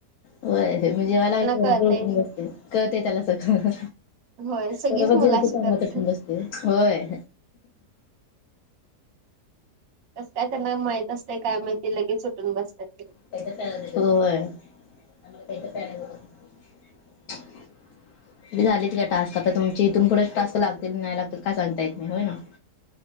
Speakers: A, on the left (about 65°); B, on the right (about 55°).
A: वर मि जेवाय लागल्या
B: कळतय.
A: बरोबर उठून बसते कळतंय त्याला सगळं.
B: होय सगळीच
A: बरोबर
B: मुलं
A: जेवत
B: अशी
A: असताना
B: करतात.
A: उठून बसते. होय.
B: कसं काय त्यांना माहित असतेय काय माहिती लगेच ऊटून बसतात.
A: वय. तुझे झालेती का टास्क करता तुमी? ते इथून पुढं टास्क लागतील नाही लागतील काय सांगता येत नाही. होय ना.